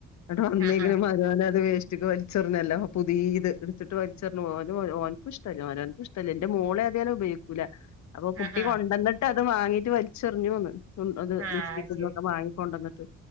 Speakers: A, on the left; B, on the right.
A: അവ്ടെ വന്നെങ്കിലും
B: ആ ആ
A: മരോനത് വേഷ് <unintelligible> വലിച്ചെറിഞ്ഞല്ലോ പുതിത് എടുത്തിട്ട് വലിച്ചെറിഞ്ഞു പോഓ ഓന് ഇഷ്ട ഓനത് ഇഷ്‌ടല്ലാ ൻ്റെ മോളേതാലും ഉപയോഗിക്കൂല അപ്പൊ കുട്ടി
B: ആ ആ
A: കൊണ്ടന്നിട്ട് അത് വാങ്ങി വലിച്ചെറിഞ്ഞുന്ന് ചു അത്
B: ആ
A: ലിഫ്റ്റിക്കൊക്കെ
B: ശരി
A: വാങ്ങിക്കൊണ്ട വന്നിട്ട്